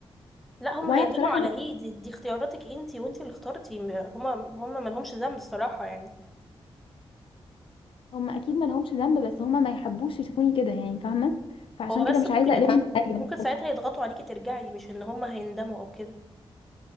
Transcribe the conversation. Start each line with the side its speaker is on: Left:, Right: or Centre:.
Centre: لا هما
Left: وانا
Centre: هيندموا
Left: بصراحه
Centre: على
Left: مش
Centre: ايه دي, دي اختياراتك انتي وانتي اللي اخترتي م- هما هما ملهمش ذنب الصراحة يعني
Left: هم اكيد ما لهمش ذنب بس هم ما يحبوش يشوفوني كده يعني فاهمه فعشان
Centre: هو
Left: كده
Centre: بس
Left: مش
Centre: ممكن
Left: عايزه اقلبهم
Centre: يض-
Left: عليا
Centre: ممكن ساعتها يضغطوا عليكي ترجعي مش ان هما هيندموا او كده